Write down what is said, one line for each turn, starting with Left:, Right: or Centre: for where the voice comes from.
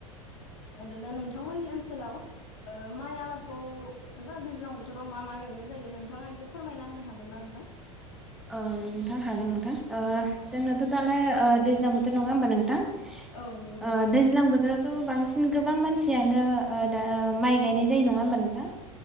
Left: आरो दा नोंथांमोननि ओनसोलाव ओ माइ आबादखौ एबा दैज्लां बोथोराव मा मा गायनाय जायो नोंथाङा एसे फोरमायना होनो हागोन ना नोंथां?
Centre: औ नोंथां हागोन नोंथां ओ
Left: औ
Centre: जोंनाथ'
Left: नोंथां
Centre: दालाय ओ दैज्लां बोथोर नङा होमबा ओ नोंथां
Left: औ नंगौ नोंथां
Centre: दैज्लां बोथोर। थ' बांसिन गोबां मानसियानो ओ दा माइ गायनाय जायो नङा होमबा नोंथां।